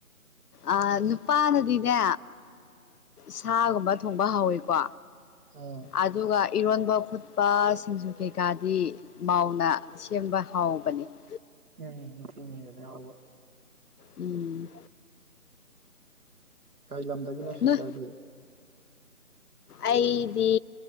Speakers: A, on the left; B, on the right.
A: ꯑ ꯅꯨꯄꯥꯅꯗꯤꯅꯦ ꯁꯥꯒꯨꯝꯕ ꯊꯣꯡꯕ ꯍꯥꯎꯋꯤꯀꯣ
B: ꯑꯥ
A: ꯑꯗꯨꯒ ꯏꯔꯣꯟꯕ ꯈꯣꯠꯄ ꯁꯤꯡꯖꯨ ꯀꯩꯀꯥꯗꯤ ꯃꯥꯎꯅ ꯁꯦꯝꯕ ꯍꯥꯎꯕꯅꯦ <inaudible>
B: ꯎꯝ ꯅꯨꯄꯤꯅ ꯍꯦꯜꯂꯦ ꯍꯥꯎꯕ
A: ꯎꯝ
B: ꯀꯔꯤ ꯂꯝꯗꯒꯤꯅꯣ
A: ꯅꯣꯏ
B: ꯁꯤꯁꯇꯔꯗꯤ
A: ꯑꯩꯗꯤ